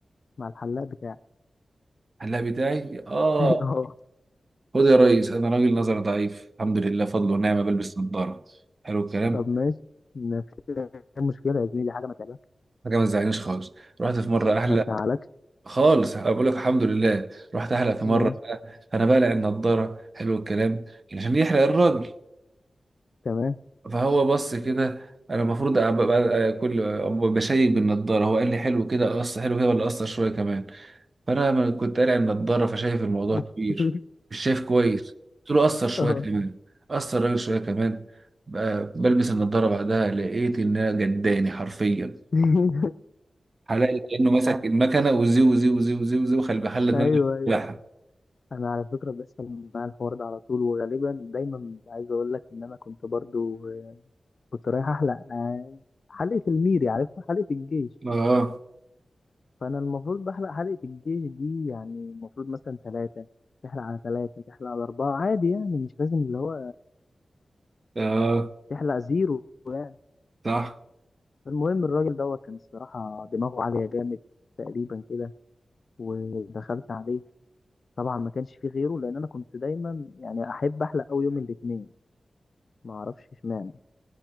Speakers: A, on the left; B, on the right.
A: مع الحلاق بتاعك
B: هلا بتاعي اه
A: <laughs> اه
B: خد يا ريس انا راجل نظر ضعيف الحمد لله فضل ونعمه بلبس نظاره حلو الكلام
A: طب ماشي مفيش مشكله يا زميلي حاجه ما تعملهاش
B: حاجه ما تزعلنيش خالص رحت في مره احلق
A: ما تزعلكش
B: خالص بقول لك الحمد لله رحت احلق في
A: ماشي
B: مره انا بقلع النضاره حلو الكلام عشان يحلق الراجل
A: تمام
B: فهو بص كده انا المفروض أبقى- أبقى- كل أبقى بشيك بالنضاره هو قال لي حلو كده قص حلو كده ولا قصر شويه كمان فانا لما كنت قارع النضاره فشايف الموضوع كبير
A: <laughs>
B: مش شايف كويس قلت له قصر شويه
A: اه
B: كمان قصر الراجل شويه كمان بقى بلبس النضاره بعدها لقيت انها جداني حرفيا
A: <laughs>
B: حلقلي كانه ماسك المكنه وزي وزي وزي وزي وزي وخلي بحل
A: ايوه
B: دماغي
A: ايوه
B: بتاعها.
A: انا على فكره بيحصل معايا الحوار ده على طول وغالبا دايما عايز اقول لك ان انا كنت برضو آه، كنت رايح احلق آه، حلقه الميري عارفها حلقه الجيش
B: اه
A: فانا المفروض بحلق حلقه الجيش دي يعني المفروض مثلا ثلاثه تحلق على ثلاثه تحلق على اربعه عادي يعني مش لازم اللي هو
B: اه
A: تحلق زيرو يعني
B: صح
A: فالمهم الراجل دوت كان الصراحه دماغه عاليه جامد تقريبا كده ودخلت عليه طبعا ما كانش فيه غيره لان انا كنت دايما يعني احب احلق قوي يوم الاثنين ما اعرفش اشمعنى